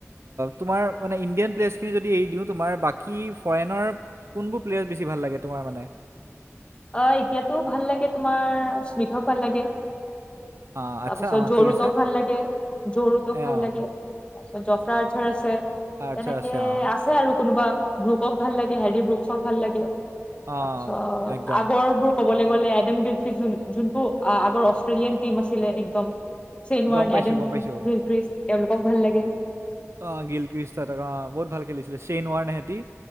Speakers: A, on the right (about 65°); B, on the left (about 20°).
A: তোমাৰ মানে ইণ্ডিয়ান প্লেছখিনি যদি এৰি দিওঁ, তোমাৰ বাকী ফৰেনৰ কোনবোৰ প্লেয়াছ বেছি ভাল লাগে তোমাৰ মানে?
B: অ' এতিয়াতো ভাল লাগে তোমাৰ স্মিতও ভাল লাগে।
A: অঁ আচ্ছা
B: তাৰপিছত
A: অঁ
B: জৰোডক
A: ঠিক আছে
B: ভাল লাগে, জৰোডক
A: এ,
B: ভাল
A: অঁ
B: লাগে। তাৰপিছত জফ্ৰঝাৰ আছে,
A: আৰ্চাৰ
B: তেনেকে
A: আছে অঁ
B: আছ আছে আৰু কোনোবা ব্ৰুকক ভাল লাগে, হেৰি ব্ৰুকচক ভাল লাগে
A: অঁ
B: তাৰপিছত
A: একদম
B: শেষৰ বোৰ কব গলে আইডেম বিল ফিজুল যোনটো আগৰ অষ্ট্ৰেলিয়ান টিম আছিলে, একদম চেইন ৱাৰণ
A: গম পাইছোঁ
B: এড, গিল
A: গম পাইছোঁ
B: ফ্ৰিছ এওঁলোকক ভাল লাগে।
A: অ' গিল ক্ৰষ্ট ত। অ বহুত ভাল খেলিছিলে ছেইন ৱাৰ হেতি